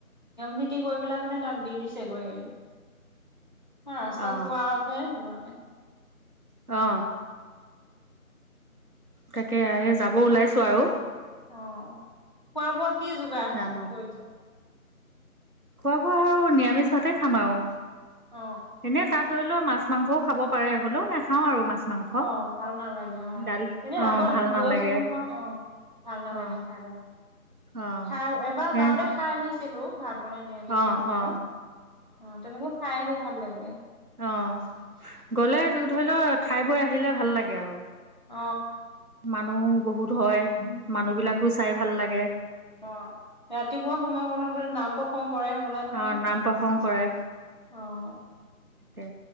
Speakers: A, on the left; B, on the right.
A: নীতি কৰি পেলাই মানে তাত দি দিছেগৈ। ৰাস্তাত
B: অ
A: পোৱা আছে সেইটো কাৰণে।
B: অ। তাকে এ যাব ওলাইছো আৰু।
A: অ', খোৱা বোৱা কি যোগাৰ হৈছে
B: যাম আৰু
A: কৰিছে?
B: খোৱা বোৱা আৰু নিৰামিষ ভাতে খাম আৰু,
A: অ
B: এনে তাত ধৰি লও মাছ- মাংসও খাব পাৰে হ'লেও নাখাও আৰু মাছ মাংস
A: অ', ভাল নালাগে অ',
B: দালি
A: এনে
B: অ
A: আগত
B: ভাল নালাগে
A: গৈছো নহয় অ',। ভাল নালাগে
B: অ
A: চাই ত,
B: অ
A: চাই এবাৰ
B: হে
A: যাওঁতে খাই আহিছিলো ভাত বনাই নিৰামিষ
B: অ
A: ভাত বনাই,
B: অ
A: অ', তেনেকে খাই আহি ভাল লাগে।
B: অ', গলে ধৰি লও খাই বৈ আহিলে ভাল লাগে আৰু।
A: অ
B: মানুহ বহুত হয়,
A: উম
B: মানুহ বিলাকো চাই ভাল লাগে।
A: অ', ৰাতিপুৱা সময়কণত নাম প্ৰসংগ কৰাই হ'বল নহয়,
B: অ নাম প্ৰসংগ কৰে
A: অ'।
B: তাকে।